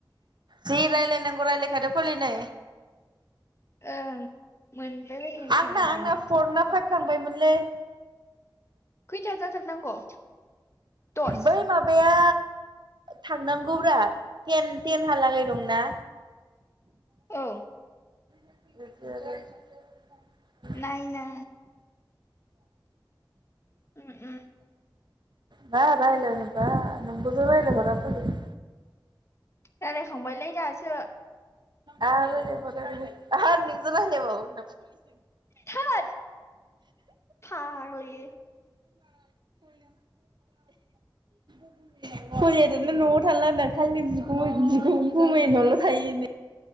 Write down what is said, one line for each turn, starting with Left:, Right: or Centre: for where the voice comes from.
Right: जि रायलायनांगौ रायलायखादो फग्लि नै
Left: ओं मोनबाय बायगोन
Right: आंना
Left: खोमा नामा
Right: आंना फर ना फाइभ थांबायमोनलै
Left: खैथा जाथारनांगौ दस
Right: बै मा माबाया थांनांगौब्रा टेन टेनहालागै दंना
Left: औ
Right: <unintelligible>
Left: नायना उम उम
Right: बा रायलायनोबा नोमब' <inaudible>
Left: रायालायखांबायलै दासो
Right: आरो <unintelligible> आरो नोंजों रायलायबावो <unintelligible>
Left: थोद फाग्लि
Right: <unintelligible> <unintelligible> <unintelligible> दाना न'आव थालानो खालि बिगुमै बिगु गुमै नावल' थायो नो